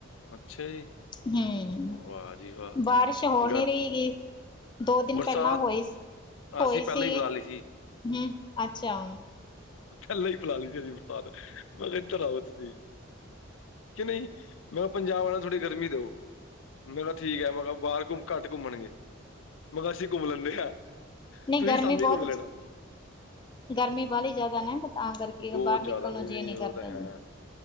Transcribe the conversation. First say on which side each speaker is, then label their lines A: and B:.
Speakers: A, on the left (about 75°); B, on the left (about 25°).
A: ਅੱਛਾ ਜੀ।
B: ਹੂੰ,
A: ਵਾਹ ਜੀ ਵਾਹ
B: ਬਾਰਿਸ਼ ਹੋ ਨ
A: ਗਰ
B: ਰਹੀ ਹੈਗੀ। ਦੋ ਦਿਨ
A: ਬਰਸਾਤ
B: ਪਹਿਲਾਂ ਹੋਏ ਸ--ਹੋਈ
A: ਅਸੀਂ ਪਹਿਲਾਂ
B: ਸੀ,
A: ਹੀ ਬੁਲਾ
B: ਹੂੰ
A: ਲਈ
B: ਅੱਛਾ।
A: ਪੈਲਾਂ ਹੀ ਕਰਾ ਲਈ ਦੀ ਬਰਸਾਤ, ਮੈਂ ਕਹਿੰਦਾ-ਇਦਰ ਆਓ! ਤੁਸੀਂ ਕੇ ਨ‌ਈ, ਮੈਂ ਕਿਹਾ-ਪੰਜਾਬ ਵਾਲਣਾ, ਥੋੜੀ ਗਰਮੀ ਦੇਓ। ਮੈਂ ਕਿਹਾ-ਠੀਕ ਹੈ। ਮੈਂ ਕਿਹਾ-ਬਾਹਰ ਘ ਘੱਟ ਘੁੰਮਣਗੇ। ਮੈਂ ਕਿਹਾ- ਅਸੀਂ ਘੁੰਮ ਲੈਂਦੇ ਆ।
B: ਨਹੀਂ
A: ਤੁਸੀਂ
B: ਗਰਮੀ
A: ਸਾਮੀ
B: ਬਹੁਤ
A: ਘੁੰਮ ਲੈਣਾ।
B: ਜ ਗਰਮੀ ਬਾਹਲੀ ਜ਼ਿਆਦਾ ਨਾ ਤਾਂ ਕਰਕੇ
A: ਬਹੁਤ
B: ਬਾਹਰ
A: ਜ਼ਿਆਦਾ
B: ਨਿਕਲ
A: ਨਹੀਂ
B: ਨੂੰ ਜੀ
A: ਨਹੀਂ
B: ਨੀ ਕਰਦਾ
A: ਉਹ ਤਾਂ ਹੈ
B: ਜੀ।